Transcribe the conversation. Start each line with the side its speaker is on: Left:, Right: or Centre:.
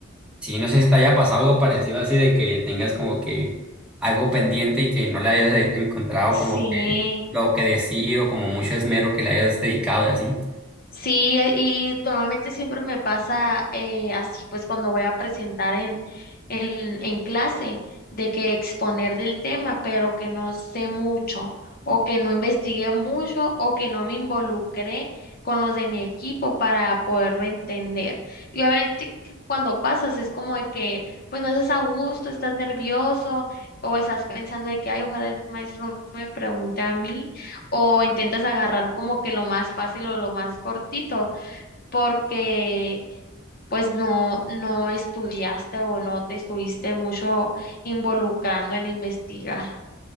Centre: Sí, no sé si te haya pasado algo parecido así de que tengas como que algo pendiente y que no le hayas e- encontrado
Left: Sí.
Centre: como que lo que decir o como mucho esmero que le hayas dedicado y así.
Left: Sí, eh, y normalmente siempre me pasa eh, así, pues cuando voy a presentar en, en, en clase, de que exponer del tema, pero que no sé mucho, o que no investigué mucho, o que no me involucré con los de mi equipo para poderlo entender. Y obviamente que cuando pasas es como de que, pues no estás a gusto, estás nervioso, o estás pensando de que, ay, ojalá el maestro no me pregunte a mí o intentas agarrar como que lo más fácil o lo más cortito, porque pues no, no estudiaste o no te estuviste mucho involucrando en investigar.